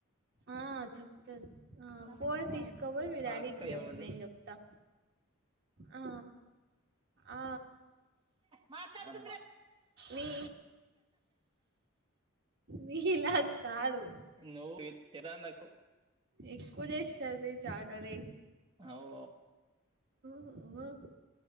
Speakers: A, on the right (about 55°); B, on the right (about 25°).
A: ఆ చెప్తాను
B: నా
A: ఫోన్
B: ఫ్రెండ్ తో
A: తీసుక
B: మాట్లాడింది
A: పోయి మీ డాడీకియ్యి
B: ఆ అక్క
A: అప్పుడు
B: ఏమంది
A: నేను చెప్తా ఆ ఆ
B: మాత్తాడ
A: నీ నీలా కాదు.
B: నువ్ త్ తెరన్నకు
A: ఎక్కువ చేస్థంది ఛాననే
B: అవు
A: మ్ మ్